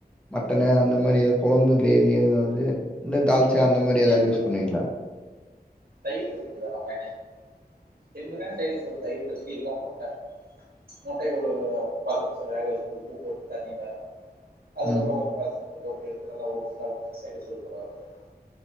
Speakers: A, in the centre; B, on the right.
A: மட்டனு அந்த மாரி ஏத குழம்பு கிரேவி அதாவது இந்த தால்ச்சா அந்த மாரி ஏதாவது
B: இல்ல
A: யூஸ்
B: இல்ல
A: பண்ணுவீங்களா
B: தயிர் பச்சடிதா நம்ம என்னைக்கு இனிமேதா சைடிஸ் ஒரு தயிர் பச்சடி இல்லனா முட்ட முட்டய ஒரு பத்து நிமிஷ வேக வச்சுட்டு உப்பு போட்டு தண்ணில அதுக்கப்பறோ
A: ம்.
B: கொஞ்ச பச்ச தண்ணில போட்டு எடுத்து நல்லா உறிச்சி சாப்டா சைடிஸ் சூப்பர இருக்கு